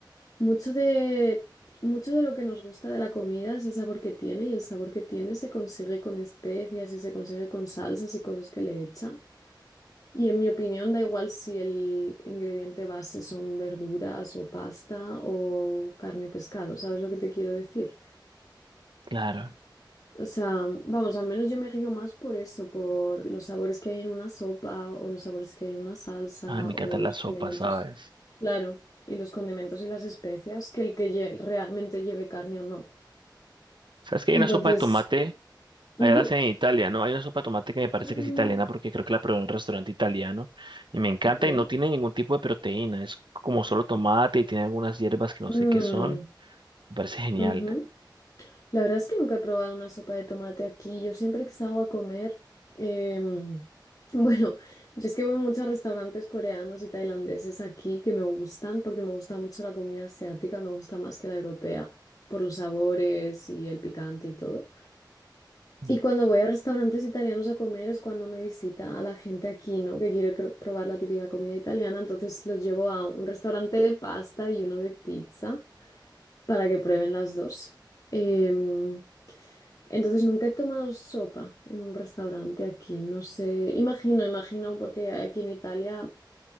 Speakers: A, on the left (about 50°); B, on the right (about 80°).
A: mucho de, mucho de lo que nos gusta de la comida es el sabor que tiene y el sabor que tiene se consigue con especias y se consigue con salsas y cosas que le echan. Y en mi opinión, da igual si el ingrediente base son verduras o pasta o carne o pescado, ¿sabes lo que te quiero decir?
B: Claro.
A: O sea, vamos, al menos yo me guío más por eso, por los sabores que hay en una sopa o los sabores que hay en una salsa
B: Ay, me
A: o
B: encantan
A: los
B: las
A: condimentos,
B: sopas, ¿sabes?
A: claro, y los condimentos y las especias que el que lle- realmente lleve carne o no.
B: ¿Sabes que
A: Entonces,
B: hay una sopa de tomate?
A: ujú,
B: Allá la hacen en Italia, ¿no? Hay una sopa de tomate que me parece
A: mm,
B: que es italiana porque creo que la probé en un restaurante italiano y me encanta
A: ok.
B: y no tiene ningún tipo de proteína. Es como solo tomate y tiene algunas hierbas que no
A: mm,
B: sé qué son. Me parece genial.
A: ujú. La verdad es que nunca he probado una sopa de tomate aquí. Yo siempre que salgo a comer, em, <laughs> bueno, yo es que voy mucho a muchos restaurantes coreanos y tailandeses aquí que me gustan porque me gusta mucho la comida asiática, me gusta más que la europea por los sabores y el picante y todo.
B: Mm.
A: Y cuando voy a restaurantes italianos a comer es cuando me visita a la gente aquí, ¿no? Que quiere cro- probar la típica comida italiana, entonces los llevo a un restaurante de pasta y uno de pizza para que prueben las dos. Em, entonces nunca he tomado sopa en un restaurante aquí, no sé, imagino, imagino, porque aquí en Italia